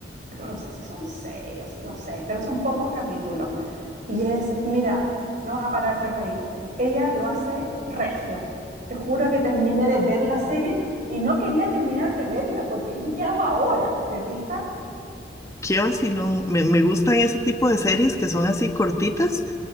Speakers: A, on the right; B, on the left.
A: creo, no sé si son seis, o s- no sé, pero son pocos capítulos. Y es, mira, no vas a parar de reírte. Ella lo hace regio. Te juro que terminé de ver la serie y no quería terminar de verla porque dije, ¿qué hago ahora? ¿Te fijas?
B: qué vacilón. Me, me gustan ese tipo de series que son así cortitas